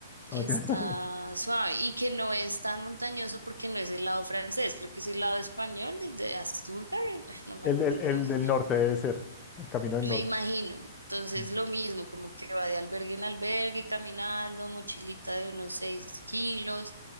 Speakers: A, on the left; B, on the right.
A: Ok.
B: Está
A: <laughs>
B: suave y que no es tan montañoso porque no es el lado francés, creo que es el lado español, desde Asturgar, <laughs> no
A: El,
B: me acuerdo
A: el- el
B: cómo se
A: del
B: llama.
A: norte debe ser, el camino del norte.
B: Me imagino. Entonces
A: Mm.
B: lo mismo, como que va de albergue en albergue, caminando, mochilita de unos 6 kilos,